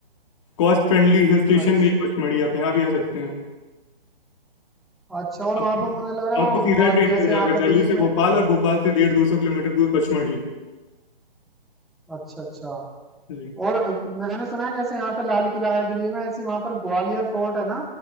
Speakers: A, on the left; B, in the centre.
A: कॉस्ट फ्रेंडली हिल स्टेशन
B: अच्छा
A: भी है पचमढ़ी आप यहाँ भी आ सकते हैं
B: अच्छा और वहाँ
A: आपको
B: पे मुझे लग रहा है
A: आपको
B: वो
A: सीधा
B: ग्वा
A: ट्रेन
B: जैसे
A: मिल जाएगा
B: यहाँ पे
A: दिल्ली
B: दिल्ली
A: से
B: में
A: भोपाल और भोपाल से डेढ़ दो सौ किलोमीटर दूर पचमढ़ी
B: अच्छा अच्छा
A: जी
B: और अ, मैंने सुना है जैसे यहाँ पे लाल किला है दिल्ली में ऐसे वहाँ पर ग्वालियर फोर्ट है ना